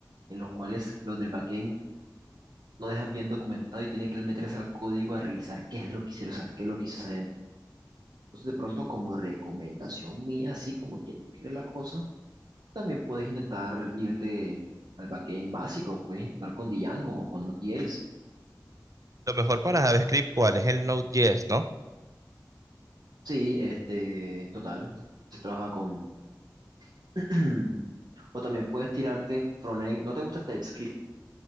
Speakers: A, on the right; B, on the right.
A: en los cuales los del backend no dejan bien documentado y tiene que él meterse al código a revisar qué es lo que hicieron, o sea, qué es lo que hizo esa gente. Entonces, de pronto, como recomendación mía, así como quien no quiere la cosa, también puedes intentar irte al backend básico, puedes intentar con Django o con Node.js.
B: Lo mejor para
A: Ya.
B: JavaScript, ¿cuál es el Node.js, no?
A: Sí, este, total, se trabaja con... <clears throat> o también puedes tirarte frontend, ¿no te gusta el TypeScript?